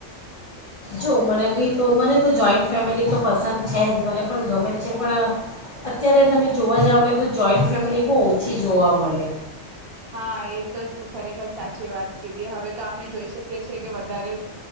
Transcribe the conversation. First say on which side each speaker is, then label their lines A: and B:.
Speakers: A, on the left (about 45°); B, on the right (about 60°).
A: જો મને બી તો મને તો જોઈન્ટ ફેમિલી તો પસંદ છે જ મને પણ ગમે છે પણ અત્યારે તમે જોવા જાવને તો જોઈન્ટ ફેમિલી બહુ ઓછી જોવા મળે.
B: હા એ તો ખરેખર સાચી વાત દએ હવે તો આપણે જોઈ શકીએ છીએ કે વધારે